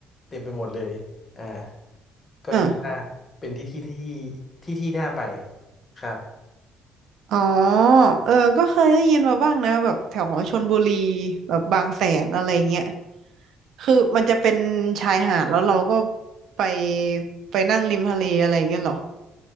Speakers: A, on the left; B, on the right.
A: เต็มไปหมดเลยอ่าก็คิดว่าเป็นที่ที่ที่
B: เออ
A: ที่ที่น่าไปครับ
B: อ๋อเออก็เคยได้ยินมาบ้างนะแบบแถวชลบุรีแบบบางแสนอะไรเงี้ยคือมันจะเป็นชายหาดแล้วเราก็ไปไปนั่งริมทะเลอะไรเงี้ยเหรอ